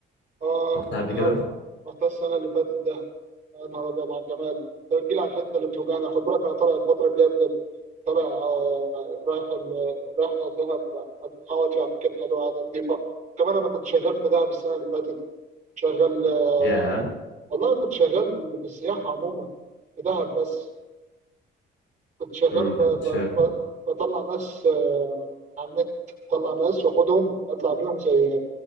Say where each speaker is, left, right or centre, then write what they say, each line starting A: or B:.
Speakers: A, on the right (about 35°); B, on the left (about 70°).
A: اه
B: رحتها قبل
A: ده
B: كده
A: رحت السنه اللي فاتت ده يا نهار ابيض على الجمال طب تجيلي على الحته اللي بتوجعني خد بالك انا طالع الفتره الجايه بجد طالع آه، رايح ال- رايح دهب هقعد في اماكن حلوه انا نظيفه كمان انا كنت شغال في دهب السنه اللي فاتت شغال آه،
B: يا
A: والله كنت شغال في السياحه عموما في دهب بس كنت شغال
B: أمم،
A: ب...
B: ده
A: ب...
B: كنت شا...
A: ب... بطلع ناس آه، على النت بطلع ناس واخدهم اطلع بيهم زي